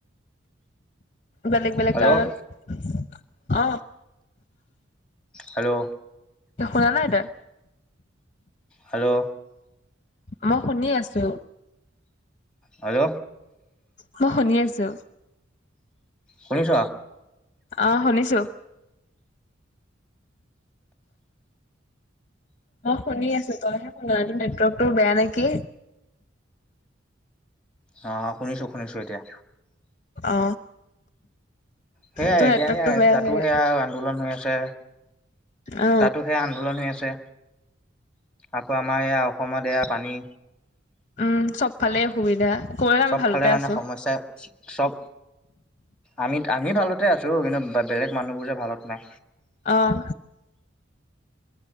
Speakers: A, on the left (about 35°); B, in the centre.
A: বেলেগ বেলেগ
B: হেল্ল'
A: কাৰণত অ।
B: হেল্ল।
A: শুনা নাই তই।
B: হেল্লো
A: মই শুনি আছো
B: হেল্ল
A: মই শুনি আছো।
B: শুনিছ
A: অ শুনিছো মই শুনি আছো তইহে শুনা নাই টোৰ নেটৱৰ্কটো বেয়া নেকি
B: অ শুনিছো শুনিছো এতিয়া।
A: অ
B: সেয়াই
A: তোৰ
B: এতিয়া
A: নেটৱৰ্কটো
B: সেয়া
A: বেয়া
B: তাতো
A: চাগে
B: সেয়া আন্দোলন হৈ আছে
A: অ
B: তাতো সেয়া আন্দোলন হৈ আছে। আকৌ আমাৰ এইয়া অসমত এয়া পানী।
A: উম সব ফালে অসুবিধা। কবলৈ আমি
B: সবফালে
A: ভালতে
B: মানে
A: আছো
B: সমস্যাই সব আমিত আমি ভালতে আছোঁ কিন্তু বেলেগ মানুহবোৰ যে ভালত নাই।
A: অঁ